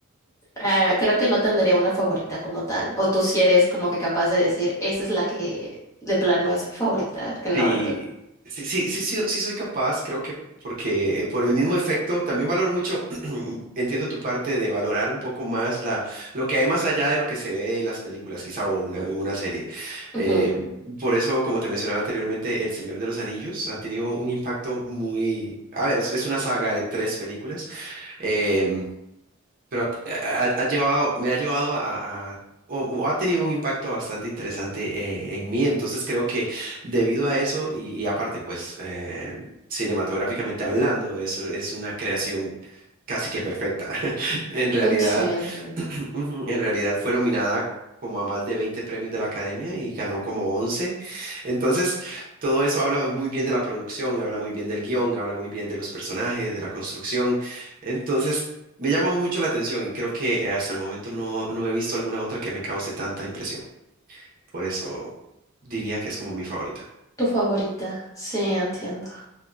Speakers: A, on the left (about 15°); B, on the right (about 40°).
A: Eh, creo que no tendría una favorita como tal. O tú si eres como que capaz de decir, esa es la que de plano es mi favorita, que no.
B: Sí,
A: la-
B: sí, sí, sí, sí, sí soy capaz, creo que porque eh, por el mismo efecto también valoro mucho, <clears throat> entiendo tu parte de valorar un poco más la, lo que hay más allá de lo que se ve en las películas, quizá o una, en una serie. Eh,
A: Ujú.
B: por eso, como te mencionaba anteriormente, El Señor de los Anillos ha tenido un impacto muy... A ver, es, es una saga de tres películas. em, pero ha, ha- ha llevado, me ha llevado a, a- o, o ha tenido un impacto bastante interesante eh, en mí. Entonces creo que debido a eso y, y aparte, pues eh, cinematográficamente hablando, eso es una creación casi que perfecta. <laughs> En realidad,
A: Sí, entiendo.
B: <clears throat> ujú, en realidad fue nominada como a más de 20 premios de la Academia y ganó como once Entonces, todo eso habla muy bien de la producción, habla muy bien del guión, habla muy bien de los personajes, de la construcción. Entonces, me llama mucho la atención y creo que eh, hasta el momento no, no he visto alguna otra que me cause tanta impresión. Por eso diría que es como mi favorita.
A: Tu favorita, sí, entiendo.